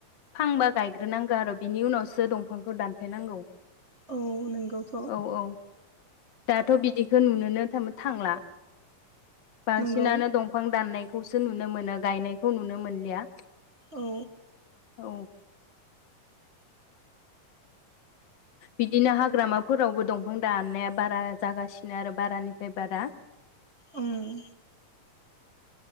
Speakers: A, on the left; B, on the right.
A: फांबा गायग्रोनांगौ आरो बिनि उनावसो दंफांखौ दानफायनांगौ।
B: औ नोंगौथ।
A: औ औ दाथ बिदिखौ नुनोनो थाम थांला। बांसिनानो
B: नंगौ
A: दं। बिफां दाननायखौसो नुनो मोनो गायनायखौ नुनो मोनलिया।
B: औ।
A: औ बिदिनो हाग्रामाफोरावबो दंफां दा अननाया बारा जागासिनो आरो बारानिफ्राय बारा।
B: उं